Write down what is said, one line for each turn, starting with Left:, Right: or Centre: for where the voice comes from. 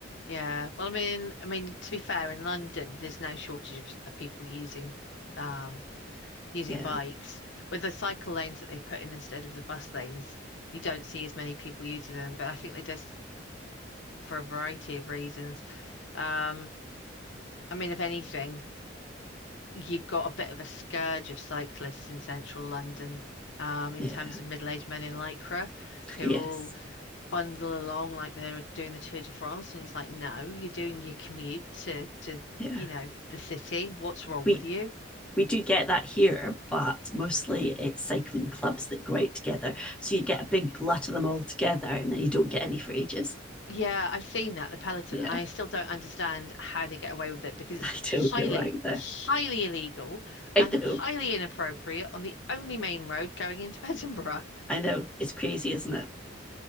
Left: yeah, well, I mean, I mean, to be fair, in London, there's no shortage of, of people using um, using
Centre: Yeah.
Left: bikes. With the cycle lanes that they put in instead of the bus lanes, you don't see as many people using them. But I think they just, for a variety of reasons, Um, I mean, if anything, you've got a bit of a scourge of cyclists in central London, um, in
Centre: Yeah.
Left: terms of
Centre: <laughs>
Left: middle-aged men in lycra who
Centre: Yes.
Left: all bundle along like they're doing the Tour de France, and it's like, no, you're doing your commute to to
Centre: Yeah.
Left: you know the city. What's wrong
Centre: we
Left: with you?
Centre: We do get that here, but mostly it's cycling clubs that go out together. So you get a big glut of them all together and then you don't get any for ages.
Left: Yeah, I've seen that, the Peloton.
Centre: Yeah,
Left: I still don't understand how they get away with it
Centre: <laughs>
Left: because
Centre: I
Left: it's
Centre: don't
Left: highly,
Centre: know either.
Left: highly illegal
Centre: I
Left: and
Centre: know,
Left: highly inappropriate on the only main road going into <laughs> Edinburgh.
Centre: I know. It's crazy, isn't it?